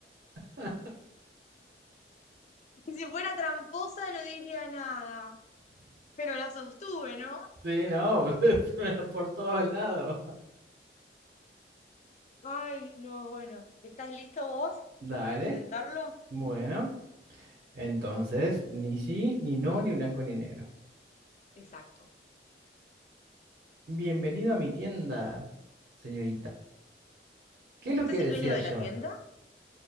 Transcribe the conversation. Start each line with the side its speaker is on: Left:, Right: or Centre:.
Right: <laughs>
Left: Y si fuera tramposa no diría nada. Pero la sostuve, ¿no?
Right: Sí, no, <laughs> se me dan por todos lados.
Left: Ay, no, bueno. ¿Estás listo vos
Right: Dale,
Left: para intentarlo?
Right: bueno, entonces ni sí, ni no, ni blanco ni negro.
Left: Exacto.
Right: Bienvenido a mi tienda, señorita. ¿Qué es lo
Left: ¿Usted
Right: que
Left: es
Right: desea
Left: el dueño de
Right: llevar?
Left: la tienda?